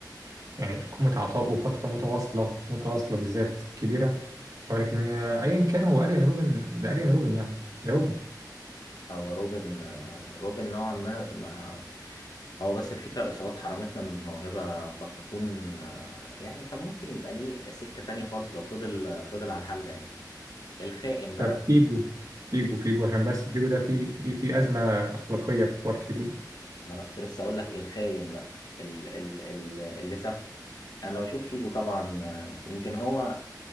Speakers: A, on the right; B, on the left.
A: يعني في قمة عطائه فترة متواصلة متواصلة بالذات كبيرة ولكن آه، أيا كان هو أريان روبن ده أريان روبن يعني ده روبن
B: أو روبن آه، روبن نوعا ما ما هو بس الفكرة الإصابات حرمتنا من موهبة قد تكون آه، يعني كان ممكن يبقى ليه سكة تانية خالص لو فضل آه، فضل على الحال ده يعني الخائن بقى
A: طب فيجو فيجو فيجو عشان بس فيجو ده في في في أزمة أخلاقية في حوار فيجو ده
B: ما انا كنت لسه اقول لك الخاين بقى ال ال ال اللي ساب انا بشوف فيجو طبعا آه، يمكن هو